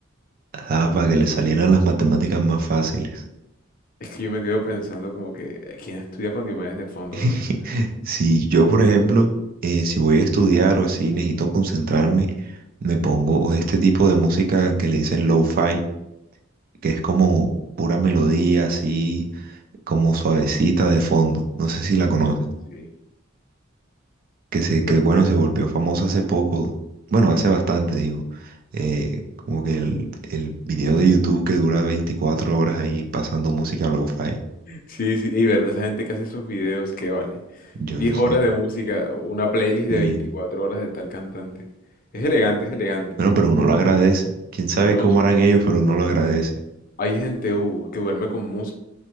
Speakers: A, on the right (about 45°); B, on the left (about 45°).
A: Ah, para que le salieran las matemáticas más fáciles.
B: Es que yo me quedo pensando como que, eh, ¿quién estudia con Diomedes de fondo,
A: <laughs>
B: bro? O sea,
A: Si yo, por ejemplo, eh, si voy a estudiar o así, necesito concentrarme, me pongo este tipo de música que le dicen lo-fi, que es como pura melodía, así como suavecita de fondo. No sé si la conoces.
B: sí.
A: que se, que
B: Pero
A: bueno,
B: es
A: se
B: que,
A: volvió famoso hace poco, bueno, hace bastante, digo, eh, como que el, el video de YouTube que dura 24 horas ahí pasando música lo-fi,
B: sí, sí, y verdad, esa gente que hace esos videos, ¿qué vale?
A: yo
B: diez
A: no sé.
B: horas de música, una playlist
A: Y
B: de 24 horas de tal cantante. Es elegante, es elegante.
A: bueno, pero uno lo agradece. Quién sabe
B: No,
A: cómo
B: sí,
A: harán
B: sí,
A: ellos,
B: sí.
A: pero uno lo agradece.
B: Hay gente, uh, que duerme con música.